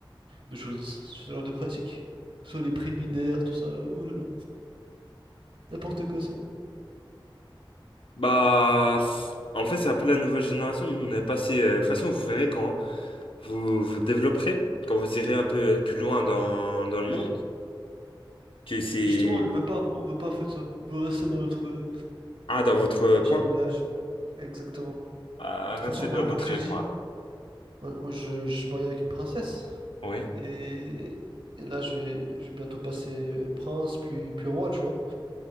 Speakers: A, on the right (about 70°); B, on the left (about 80°).
A: de choses, ce genre de pratiques. Soit les préminaires, tout ça, là, ouh là là. N'importe quoi, sérieux.
B: Bah, f- en fait, c'est un peu la nouvelle génération. Nous, on est passé. euh, de toute façon, vous verrez quand vous vous développerez, quand vous irez un peu plus loin dans, dans le monde, que c'est
A: Mais justement, on ne veut pas, on veut pas faire ça. On veut rester dans notre euh,
B: Ah, dans votre
A: petit
B: coin?
A: village. Exactement. De
B: Ah,
A: toute
B: restez
A: façon, moi,
B: dans votre
A: comme je t'ai dit,
B: coin, là.
A: moi, moi, je, je suis marié avec une princesse.
B: Oui.
A: Et, et là, je vais, je vais bientôt passer prince, puis, puis roi, tu vois.